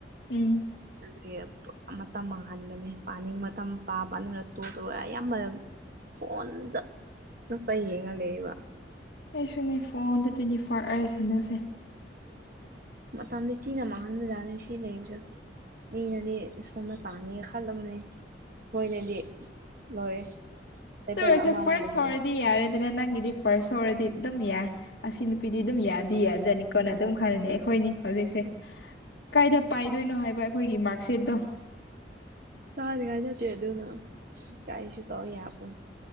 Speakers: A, on the left (about 65°); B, on the right (about 55°).
A: ꯎꯝ
B: ꯄꯨꯔꯥ ꯃꯇꯝ ꯃꯥꯡꯍꯟꯕꯅꯦ ꯄꯥꯅꯤꯡ ꯃꯇꯝ ꯄꯥꯕ ꯄꯥꯅꯤꯡꯗ꯭ꯔꯥ <unintelligible> ꯑꯌꯥꯝꯕ ꯐꯣꯟꯗ <unintelligible> ꯌꯦꯡꯉ ꯂꯩꯌꯦꯕ
A: ꯑꯩꯁꯨꯅꯦ ꯐꯣꯟꯗ ꯇ꯭ꯋꯦꯟꯇꯤ ꯐꯣꯔ <unintelligible> ꯁꯥꯟꯅꯁꯦ
B: ꯇꯝꯗꯤ ꯊꯤꯅ ꯃꯥꯥꯡꯍꯟꯕꯖꯥꯠꯅꯤ ꯁꯤ ꯂꯩꯕꯖꯨ ꯃꯤꯅꯗꯤ ꯁꯣꯝꯅ ꯄꯥꯝꯃꯤꯒ ꯈꯜꯂꯝꯅꯤ ꯈꯣꯏꯅꯗꯤ ꯂꯣꯏꯔꯦ ꯇꯥꯏꯇꯜ
A: ꯑꯗꯨ ꯑꯣꯏꯔꯁꯨ
B: ꯑꯃ ꯑꯃ
A: ꯐꯔꯁ
B: ꯂꯩꯍꯧꯋꯤ
A: ꯍꯧꯔꯗꯤ ꯌꯥꯔꯦ ꯑꯗꯨꯅ ꯅꯪꯒꯤꯗꯤ ꯐꯥꯔꯁ ꯍꯣꯔꯗꯤ ꯑꯗꯨꯝ ꯌꯥꯏ ꯑꯁꯤ ꯅꯨꯄꯤꯗꯤ ꯑꯗꯨꯝ ꯌꯥꯗꯤ ꯌꯥꯖꯥꯠꯅꯤꯀꯣꯅ ꯑꯗꯨꯝ ꯈꯜꯂꯅꯤ ꯈꯣꯏꯅꯤ ꯍꯧꯖꯤꯛꯁꯦ ꯀꯥꯏꯗ ꯄꯥꯏꯗꯣꯏꯅꯣ ꯍꯥꯏꯕ ꯑꯩꯈꯣꯏꯒꯤ ꯃꯥꯔꯛꯁꯤꯠꯇꯣ
B: ꯆꯥꯅꯤꯉꯥꯏ ꯅꯠꯇꯦ ꯑꯗꯨꯅ ꯀꯥꯏꯁꯨ ꯇꯧ ꯌꯥꯄꯣꯠ